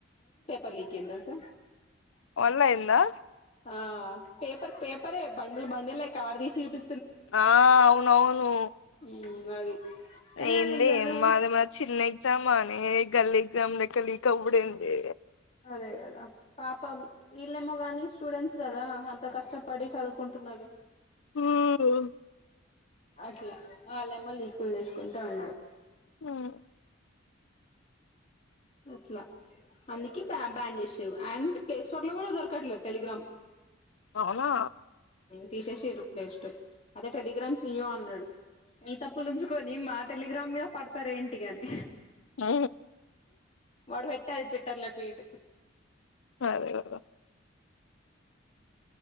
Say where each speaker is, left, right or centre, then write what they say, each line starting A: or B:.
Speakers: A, on the left; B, on the left.
A: పల్లికేందల్ సా
B: వన్ అయ్యిందా
A: ఆ పేపర్ పేపరె బండిల్ బండిల్ కవర్ తీసి చుపి
B: ఆ అవును అవును
A: ఉమ్ అది కానీ
B: ఏంది
A: అది రియల్లో
B: మాది ఏమన్నా చిన్న ఎగ్జామా ఏ గల్లి ఎగ్జామ్లెక్క లీక్ అవుడెంది
A: అదే కదా పాపం ఈళ్ళేమో గాని స్టూడెంట్స్ కదా అంత కష్టపడి చదువుకుంటు టున్నారు
B: ఉహ
A: అట్లా వాళ్లేమో లీకుల్ చేసుకుంట ఉన్నారు
B: ఉమ్
A: అట్లా అందుకే బ బ్యాన్ చేషిరు అండ్ ప్లే స్టోర్ లో కూడా దొరకట్లేదు టెలిగ్రామ్
B: అవునా
A: తీసేసిర్రు ప్లేస్టోర్ అదే టెలిగ్రామ్ సి ఈ ఓ అన్నాడు మీ తప్పులుంచుకొని మాట టెలిగ్రామ్ మీద పడతారు ఇంటి అని
B: ఆ
A: వాడు పెట్టేది ట్విట్టర్ లో ట్వీట్
B: అదే గద